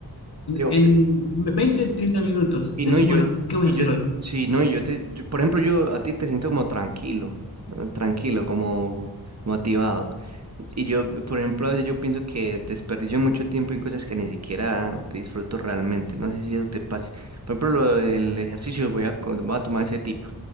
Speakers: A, on the right; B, on the left.
A: Digo,
B: En 20 30 minutos,
A: Y
B: decís,
A: no, y yo,
B: bueno, ¿qué voy
A: y
B: a hacer
A: yo,
B: hoy?
A: sí, no, y yo te, yo- por ejemplo, yo a ti te siento como tranquilo, ¿no? tranquilo, como motivado. Y yo, por ejemplo, a veces yo pienso que desperdicio mucho tiempo en cosas que ni siquiera disfruto realmente. No sé si eso te pase. Por ejemplo, lo del ejercicio, voy a, co- voy a tomar ese tipo.